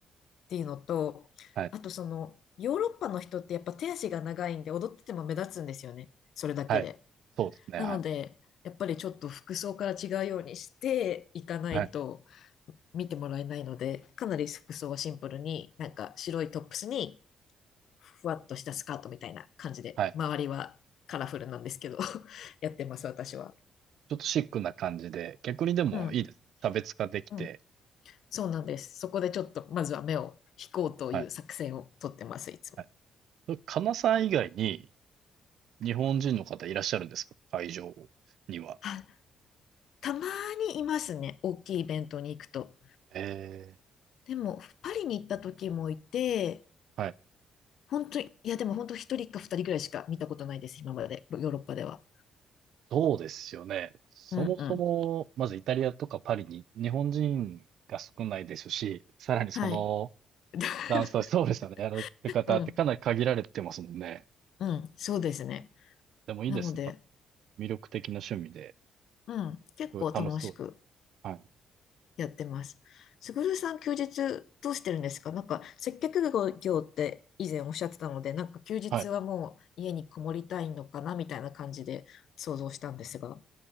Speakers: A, on the left; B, on the right.
A: ていうのと、
B: はい、
A: あとそのヨーロッパの人ってやっぱ手足が長いんで踊ってても目立つんですよね。それだけで。
B: はい。そうですね、
A: なのでやっぱりちょっと服装から違うようにしていかないと
B: はい、はい、
A: 見てもらえないので、かなり服装はシンプルになんか白いトップスにふわっとしたスカートみたいな感じで、
B: はい。
A: 周りはカラフルなんですけど、<laughs> やってます、私は。
B: ちょっとシックな感じで、逆にでもいいですね。
A: うん。
B: 差別化できて、
A: うん。そうなんです。そこでちょっと、まずは目を引こうという作戦をとってます、
B: はい、
A: いつも。
B: はい。そカナさん以外に日本人の方いらっしゃるんですか会場には。
A: あたまにいますね。大きいイベントに行くと。
B: ええ、
A: でも、パリに行った時もいて、
B: はい。
A: 本当に、いや、でも本当一人か二人ぐらいしか見たことないです、今まで、ヨーロッパでは。
B: そうですよね。そもそも、
A: うんうん。
B: まずイタリアとかパリに日本人が少ないですし、さらにその
A: はい。<laughs>
B: ダンスはそうですよね。やられてる方ってかなり限られてますもんね。
A: うん、うん、そうですね。
B: でもいいですね。
A: なので、
B: なんか、魅力的な趣味で、
A: うん、結構楽しく
B: すごい楽しそうです。はい。
A: やってます。すぐるさん、休日どうしてるんですかなんか、接客業って以前おっしゃってたので、なんか休日はもう家にこもりたいのかなみたいな感じで想像したんですが。
B: はい。